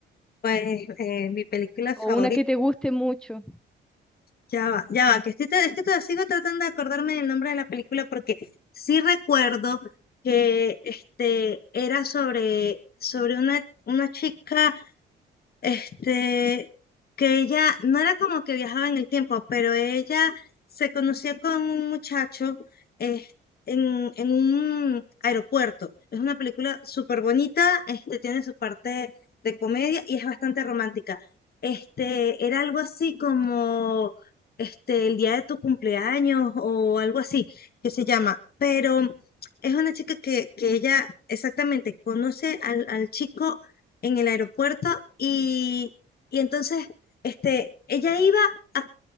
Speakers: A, on the left; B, in the centre.
A: Pues eh, mi película favorita,
B: O una que te guste mucho.
A: ya va, ya va, que estoy, tra- es que todavía sigo tratando de acordarme del nombre de la película porque sí recuerdo que este, era sobre, sobre una, una chica. Este, que ella no era como que viajaba en el tiempo, pero ella se conoció con un muchacho eh, en, en un aeropuerto. Es una película súper bonita, este, tiene su parte de comedia y es bastante romántica. Este, era algo así como este, el día de tu cumpleaños o algo así que se llama, pero es una chica que, que ella exactamente conoce al, al chico en el aeropuerto y, y entonces este, ella iba a,